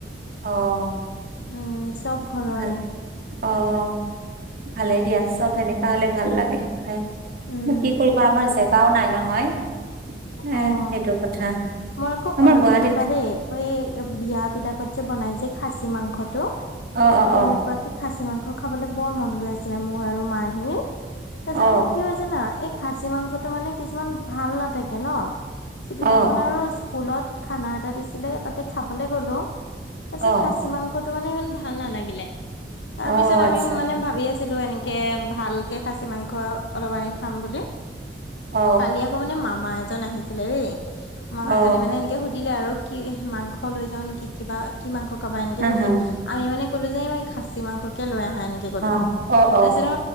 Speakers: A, on the right (about 55°); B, on the left (about 75°).
A: অ'।
B: উম'। চব ঘৰৰে
A: ভাল, অ', ভালেই দিয়া, চব সেনেকুৱা হ'লে ভাল লাগে খাই।
B: উম
A: কি কৰিবা আমাৰ জেগাও নাই নহয়। এ
B: অ',
A: সেইটো কথা
B: মই আকৌ
A: আমাৰ
B: অলপ
A: গুৱাহাটীত
B: দিনৰ পৰা দেই, এই বিয়াত বিলাকত যে বনাই যে খাচী মাংসটো,
A: অ
B: তেনেকুৱাকে
A: অ
B: খাচী মাংস- খাবলৈ বৰ মন গৈ আছিলে মোৰ আৰু মাহীৰ, তাপিছত
A: অ অ
B: মানে কি হয় জানা খাচী মাংসটো মানে কিছুমান ভাল নাথাকে ন, সিদিনাখন
A: অ
B: আৰু স্কুলত খানা এটা দিছিলে, তাতে খাবলে গ'লো। তাছত
A: অ
B: খাচী মাংসত তো মানে ইমান ভাল নালাগিলে, তাৰ
A: অ
B: পিছত
A: আচ্ছা
B: আমি মানে ভাবি আছিলোঁ এনে কে ভালকে খাচী মাংস অলপ আনি খাম বুলি।
A: অ
B: কালি আকৌ মানে মামা এজন আহিছিলে দেই। মামাজনে
A: অ
B: মানে এনেকে সুধিলে আৰু কি মাংস লৈ যাওঁ নেকি? কিবা, কি মাংস কাবা? এনেকে
A: হা
B: সুধিলে,
A: হা
B: আমি মানে ক'লো যে-ম এই খাচী মাংসকে লৈ আহা এনেকে ক'লো।
A: অ অ অ
B: তাৰপিছত আৰু